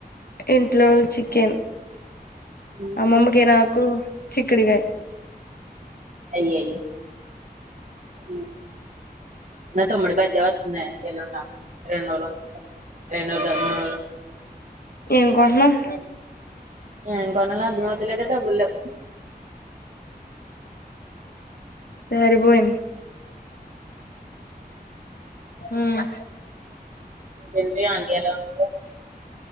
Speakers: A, on the left; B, on the right.
A: ఇంట్లో చికెన్
B: నేను
A: అమమ్మకి, నాకు చిక్కుడిగాయ్.
B: అయ్యయ్యో! ఉమ్ నతో మరి బజ్జో, ఒస్తున్నాయి. రెండ్రోజులు ఉన్ రెండ్రోజులు కాద్ మూడ్రోజులు
A: ఏం కొంట్నావ్?
B: ఏం కొనాల అర్ధమవుతలేదే, డబ్బుల్లేవ్.
A: సరిపోయిన్ ఆ, ఆఆ
B: ఇంకేంటి? అంద్ర్ ఎలాఉన్నారు?